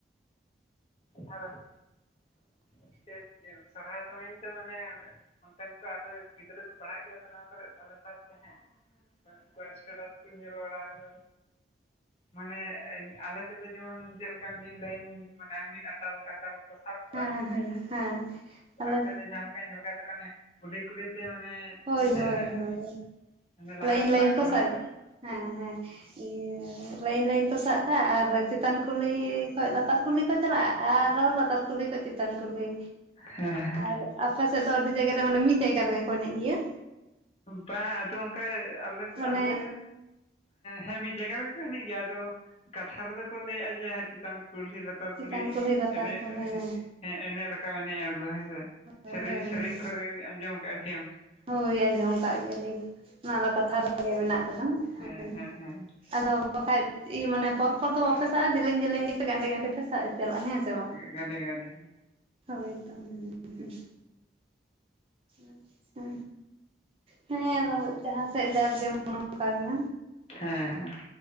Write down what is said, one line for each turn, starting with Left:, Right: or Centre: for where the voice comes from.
Left: ᱦᱮᱸ᱾
Right: <inaudible>
Left: <unintelligible> ᱥᱚᱨᱦᱟᱭ ᱥᱚᱢᱚᱭ ᱫᱚᱧ ᱢᱟᱱᱮ ᱚᱱᱛᱮᱱ ᱠᱚ ᱟᱨ ᱜᱤᱫᱽᱨᱟᱹ ᱠᱚ ᱯᱟᱲᱦᱟᱜ ᱜᱮᱭᱟ ᱛᱚ ᱱᱚᱣᱟ ᱠᱚᱨᱮ ᱟᱞᱮ ᱥᱟᱶᱛᱮ ᱦᱮᱸ ᱩᱱᱠᱩᱣᱟᱜ ᱮᱥᱴᱮᱴᱟᱥ ᱠᱩ ᱤᱧ ᱧᱮᱞ ᱵᱟᱲᱟ ᱠᱟᱫᱟ᱾ ᱢᱟᱱᱮ ᱟᱞᱮ ᱥᱮᱫ ᱫᱚ ᱡᱮᱢᱚᱱ ᱡᱮᱞᱮᱠᱟ ᱢᱤᱫ ᱞᱟᱭᱤᱱ ᱢᱟᱱᱮ ᱢᱤᱫ ᱟᱴᱟᱞ ᱟᱴᱟᱞ ᱥᱟᱵ ᱠᱚᱜᱼᱟ᱾
Right: ᱦᱮᱸ
Left: ᱦᱮᱸᱥᱮ?
Right: ᱦᱮᱸ ᱦᱮᱸ ᱟᱞᱮ
Left: ᱟᱻᱟᱯᱮ ᱫᱚ ᱡᱟᱦᱟᱸ ᱞᱮᱠᱟ ᱧᱮᱞ ᱠᱚ ᱫᱚᱯᱮ ᱠᱩᱞᱦᱤ ᱠᱩᱞᱦᱤ ᱛᱮ ᱢᱟᱱᱮ
Right: ᱦᱳᱭ
Left: ᱪᱮᱫ ᱤᱧ
Right: ᱦᱳᱭ
Left: ᱞᱟᱹᱭᱟ
Right: ᱦᱳᱭ᱾
Left: ᱢᱟᱱᱮ ᱞᱟᱦᱟ
Right: ᱞᱟᱭᱤᱱ
Left: ᱪᱟᱞᱟᱜ
Right: ᱞᱟᱭᱤᱱ
Left: ᱟᱠᱚ
Right: ᱠᱚ
Left: ᱞᱟᱦᱟ
Right: ᱥᱟᱵ
Left: ᱪᱟᱞᱟᱜ
Right: ᱦᱮᱸ ᱦᱮᱸ ᱤᱭᱟᱹ ᱞᱟᱭᱤᱱ ᱞᱟᱭᱤᱱ ᱠᱚ ᱥᱟᱜ ᱠᱟᱜᱼᱟ᱾ ᱟᱨ ᱪᱮᱛᱟᱱ ᱠᱩᱞᱦᱤ ᱠᱷᱚᱡ ᱞᱟᱛᱟ ᱞᱟᱛᱟᱨ ᱠᱩᱞᱦᱤ ᱠᱚ ᱪᱟᱞᱟᱜᱼᱟ᱾ ᱟᱨᱚ ᱞᱟᱛᱟᱨ ᱠᱩᱞᱦᱤ ᱠᱚ ᱪᱮᱛᱟᱱ ᱠᱩᱞᱦᱤ
Left: ᱦᱮᱸ
Right: ᱟᱨ ᱟᱯᱮ ᱥᱮᱫ ᱫᱚ ᱟᱹᱰᱤ ᱡᱟᱭᱜᱟ ᱨᱮ ᱢᱟᱱᱮ ᱢᱤᱫ ᱡᱟᱭᱜᱟ ᱨᱮᱜᱮ ᱠᱚ ᱮᱱᱮᱡ ᱜᱮᱭᱟ᱾
Left: ᱵᱟᱝ ᱟᱫᱚ ᱚᱝᱠᱟ ᱟᱞᱮᱥᱮᱫ
Right: ᱢᱟᱱᱮ
Left: ᱟᱞᱮ ᱦᱮᱸ ᱢᱤᱫ ᱡᱟᱭᱜᱟ ᱨᱮᱜᱮ ᱠᱚ ᱮᱱᱮᱡ ᱜᱮᱭᱟ, ᱟᱫᱚ ᱠᱟᱛᱷᱟ ᱨᱮᱫᱚ ᱠᱚ ᱞᱟᱹᱭᱮᱫᱼᱟ᱾ ᱡᱮ ᱪᱮᱛᱟᱱ ᱠᱩᱞᱦᱤ ᱞᱟᱛᱟᱨ᱾ ᱞᱟᱛᱟᱨ
Right: ᱪᱮᱛᱟᱱ
Left: ᱠᱩᱞᱦᱤ
Right: ᱞᱟᱛᱟᱨ
Left: ᱮᱱᱮᱡ
Right: ᱠᱩᱞᱦᱤ ᱦᱮᱸ
Left: ᱦᱮᱸ ᱮᱱᱮᱡ ᱨᱟᱠᱟᱵ ᱮᱱᱮᱡ ᱟᱬᱜᱚ ᱦᱮᱸ ᱥᱮ?
Right: ᱦᱳᱭ
Left: ᱥᱮᱨᱮᱧ
Right: ᱦᱳᱭ
Left: ᱥᱮᱨᱮᱧ
Right: ᱦᱳᱭ
Left: ᱠᱚᱨᱮ ᱟᱸᱡᱚᱢ ᱠᱟᱫ ᱜᱮᱭᱟᱢ?
Right: ᱦᱳᱭ ᱟᱸᱡᱚᱢ ᱠᱟᱜ ᱜᱮᱭᱟᱞᱤᱧ ᱚᱱᱟ ᱫᱚ ᱠᱟᱛᱷᱟ ᱨᱮᱜᱮ ᱢᱮᱱᱟᱜ ᱠᱟᱫᱟ᱾ <unintelligible>
Left: ᱦᱮᱸ ᱦᱮᱸ ᱦᱮᱸ
Right: ᱟᱫᱚ᱾ ᱵᱟᱠᱷᱟᱡ ᱢᱟᱱᱮ ᱯᱚᱨ ᱯᱚᱨ ᱫᱚ ᱵᱟᱯᱮ ᱥᱟᱵᱼᱟ᱾ ᱡᱮᱞᱮᱧ ᱡᱮᱞᱤᱧ ᱜᱮᱯᱮ ᱜᱟᱸᱰᱮ ᱜᱟᱸᱰᱮ ᱯᱮ ᱥᱟᱵ ᱪᱟᱞᱟᱜᱟ ᱦᱮᱸ ᱥᱮ ᱵᱟᱝ?
Left: ᱜᱟᱰᱮ ᱜᱟᱰᱮ ᱦᱮᱸ
Right: ᱦᱳᱭ ᱛᱚ ᱦᱩᱸ ᱦᱩᱸ ᱟᱪᱪᱷᱟ ᱦᱮᱸ ᱟᱫᱚ ᱡᱟᱸᱦᱟ ᱥᱮᱫ ᱡᱟᱨ ᱡᱮ ᱢᱚᱱ ᱚᱱᱠᱟ ᱜᱮ᱾
Left: ᱦᱮᱸ ᱦᱮᱸ᱾